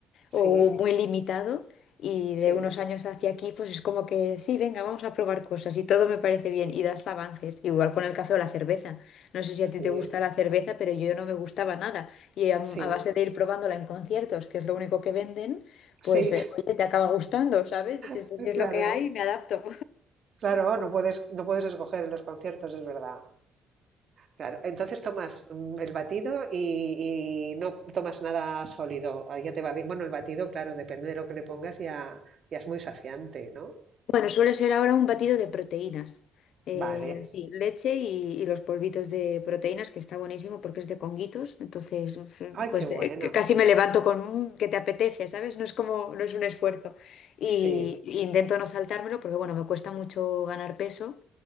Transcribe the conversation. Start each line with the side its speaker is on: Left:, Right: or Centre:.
Right: sí,
Left: o muy limitado y
Right: sí,
Left: de unos años hacia aquí pues es como que sí, venga, vamos a probar cosas y todo me parece bien y das avances, igual con el café o la cerveza. No sé si
Right: sí,
Left: a ti te gusta la cerveza, pero yo no me gustaba nada y a, a
Right: sí,
Left: base de ir probándola en conciertos, que es lo único que venden, pues
Right: sí,
Left: eh, oye, te acaba gustando, ¿sabes? Dices,
Right: <laughs>
Left: pues si es
Right: claro,
Left: lo que hay, me adapto.
Right: claro, no puedes, no puedes escoger en los conciertos, es verdad. Claro, entonces tomas mm, el batido y, y no tomas nada sólido. ah, Ya te va bien. Bueno, el batido, claro, depende de lo que le pongas, ya, ya es muy saciante, ¿no?
Left: Bueno, suele ser ahora un batido de proteínas. Eh,
Right: Vale.
Left: Vale. sí, leche y, y los polvitos de proteínas, que está buenísimo porque es de conguitos. Entonces,
Right: Ay,
Left: pues
Right: qué bueno.
Left: eh, c- casi me levanto con un que te apetece, ¿sabes? No es como, no es un esfuerzo. Y
Right: Sí.
Left: y intento no saltármelo porque, bueno, me cuesta mucho ganar peso